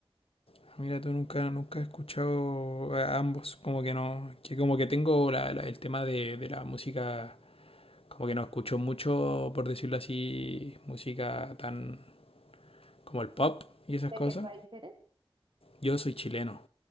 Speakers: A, on the left; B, on the right.
A: Ah, Mira, tú nunca, nunca he escuchado a ambos, como que no, que como que tengo la- la- el tema de, de la música, como que no escucho mucho, por decirlo así, música tan como el pop y esas
B: ¿De
A: cosas.
B: qué país eres?
A: Yo soy chileno,